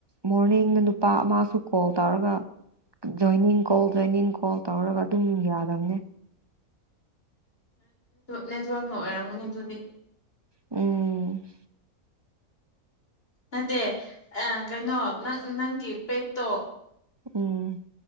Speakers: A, on the right; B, on the left.
A: ꯃꯣꯔꯅꯤꯡꯗ ꯅꯨꯄꯥ ꯑꯃꯁꯨ ꯀꯣꯜ ꯇꯧꯔꯒ ꯖꯣꯏꯅꯤꯡ ꯀꯣꯜ ꯖꯣꯏꯅꯤꯡ ꯀꯣꯜ ꯇꯧꯔꯒ ꯑꯗꯨꯝ ꯌꯥꯗꯝꯅꯦ
B: ꯅꯦꯠꯋꯔꯥꯛꯅ ꯑꯣꯏꯔꯝꯒꯅꯤ ꯑꯗꯨꯗꯤ
A: ꯎꯝ
B: ꯅꯗꯦ ꯑ ꯀꯩꯅꯣ ꯅꯪ ꯅꯪꯒꯤ ꯄꯦꯠꯇꯣ
A: ꯎꯝ